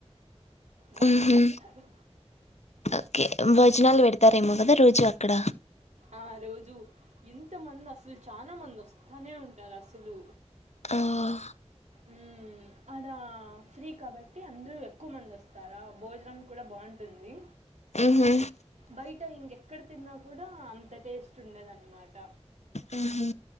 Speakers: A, on the right (about 85°); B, on the left (about 75°).
A: బాగా
B: ఉహు
A: చెస్తారు
B: ఓకే భోజనాలు పెడతరేమో కదా రోజు అక్కడ
A: ఆ రోజు ఇంతమంది అసలు చాన మంది వస్తానే ఉంటారు అసలు
B: ఆ ఓ
A: మ్మూ అడా ఫ్రీ కాబట్టి అందరు ఎక్కువ మంది వస్తారా భోజనం కూడా బాగుంటుంది.
B: ఉహు
A: బయట ఇంగెక్కడ తిన్నా కూడా అంత టేస్ట్ ఉండదన్నమాట
B: హ్మ్ హు